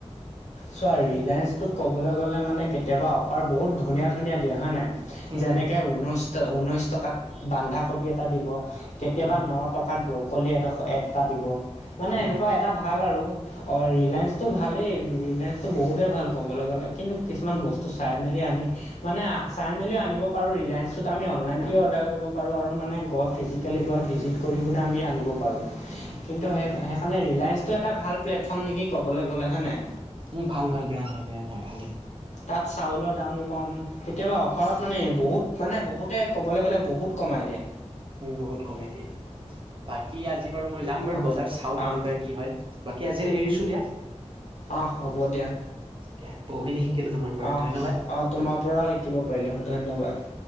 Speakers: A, on the left; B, on the right.
A: চোৱা ৰিলায়েন্সটোত কবলৈ গলে মানে কেতিয়াবা অফাৰ বহুত ধুনীয়া ধুনীয়া দিয়ে হয় নাই
B: হুম
A: যেনেকে
B: হুম
A: ঊনৈশ ঊনৈশ টকাত বান্ধাকবি এটা দিব। কেতিয়াবা
B: হুম
A: নহ টকাত ব্ৰকলি এটা এটা দিব, মানে
B: হুম
A: এনেকুৱা এটা ভাল আৰু অ ৰিলায়েন্সটো ভালেই ৰিলায়েন্ঞ্চটো বহুতেই ভাল কবলৈ গলে, কিন্তু কিছুমান বস্তু চাই মেলি আনি মানে চাই মেলিও আনিব পাৰোঁ, ৰিলেঞ্চটোত আমি অনলাইন দিও অৰ্ডাৰ কৰিব পাৰোঁ আৰু মানে গছ ফিজিকেলি গৈ ভিজিট কৰিও কিনে আমি আনিব পাৰোঁ। কিন্তু সেই সেইকাৰণে ৰিলায়েন্ঞ্চটো এটা ভাল প্লেটফৰ্ম নেকি কবলৈ গলে হয়নে
B: উম ভাল ভাল বেয়া নহয় বেয়া নহয় ভালে
A: তাত চাউলৰ দামো কম, কেতিয়াবা অফাৰত মানে বহুত মানে বহুতে কবলৈ গলে বহুত কমাই দিয়ে।
B: উম বহুত কমাই দিয়ে। বাকী আজি বাৰু মই যাম বাৰু
A: অঁ
B: বজাৰ চাওঁ কেনেকুৱা
A: অঁ
B: কি হয়, বাকী আজিলৈ এৰিছো দিয়া।
A: অহ হ হব দিয়া
B: দিয়া, বহুখিনি শিকিলো তোমাৰ পৰা
A: অঁ
B: ধন্যবাদ।
A: অঁ তোমাৰ পৰাও শিকিব পাৰিলোঁ, ধন্যবাদ।